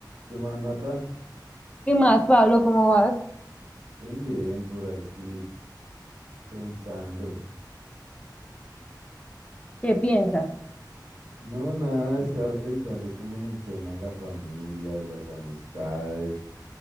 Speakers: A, on the right; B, on the left.
A: ¿Qué más, Nata?
B: ¿Qué más, Pablo? ¿Cómo vas?
A: Bien, bien, por aquí pensando.
B: ¿Qué piensas?
A: No, nada, estaba pensando como en el tema de la familia, de las amistades.